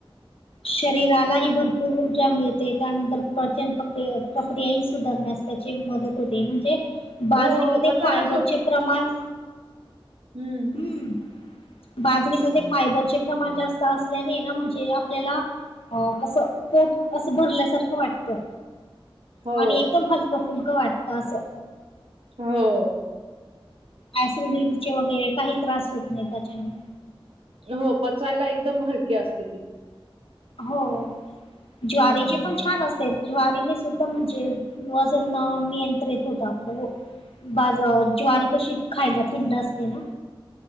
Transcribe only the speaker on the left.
शरीरालाही भरपूर ऊर्जा मिळते. त्यानंतर पचन पक्रिया- प्रक्रिया ही सुधारण्यास त्याची मदत होते. म्हणजे बाजरीमध्ये
फायबरचे
प्रमाण
हम. बाजरीमध्ये फायबरचे प्रमाण जास्त असल्याने, ना. म्हणजे आपल्याला, अ असं पोट, असं भरल्यासारखं वाटतं.
आणि एकदम हलकं- फुलकं वाटत असं.
ॲसिडिटीचे वगैरे काही त्रास होत नाही त्याच्याने.
हो. ज्वारीची
पण छान असेल. ज्वारीने सुद्धा म्हणजे, वजन अ नियंत्रित होत आपलं. बाज अ ज्वारी कशी, खायला थंड असते ना.